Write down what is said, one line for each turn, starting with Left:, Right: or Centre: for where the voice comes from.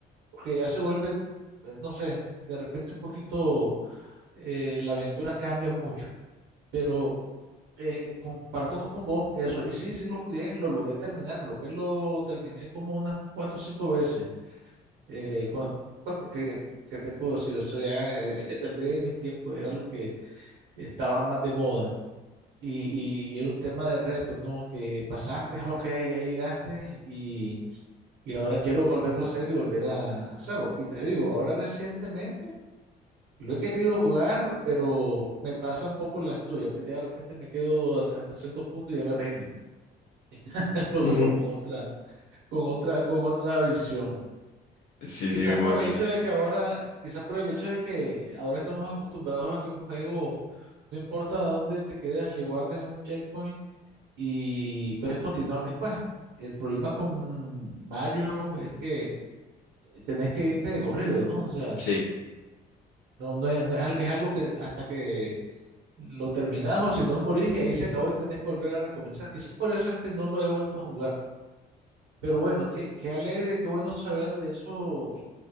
Right: porque ya se vuelven, eh, no sé, de repente un poquito, eh, la aventura cambia mucho. Pero eh, comparto con vos eso. Y sí, sí lo jugué, lo logré terminar. Creo que lo terminé como unas cuatro o cinco veces. Eh, cuan- pues porque, ¿qué te puedo decir? Eso ya, eh, <laughs> tal vez en mis tiempos era lo que estaba más de moda. Y, y era un tema de reto, ¿no? Que pasaste, ok, ya llegaste y, y ahora quiero volverlo a hacer y volver a hacerlo. Y te digo, ahora recientemente lo he querido jugar, pero me pasa un poco las tuyas. pues Ya de repente me quedo hasta hasta cierto punto y ya me rindo. <laughs> lo
Left: <laughs>
Right: veo con otra, con otra, con otra visión.
Left: Sí,
Right: Quizás
Left: sí, me imagino.
Right: por el hecho de que ahora, quizás por el hecho de que ahora estamos acostumbrados a que un juego, no importa a dónde te quedas, le guardes en un checkpoint y puedes continuar después. El problema con Mario es que tenés que irte de corrido, ¿no? O sea,
Left: Sí.
Right: no, no es, no es algo es algo que hasta que lo terminás o si no morís y ahí se acabó y tenés que volver a recomenzar. Quizás por eso es que no lo he vuelto a jugar. Pero bueno, qué, qué alegre, qué bueno saber de esos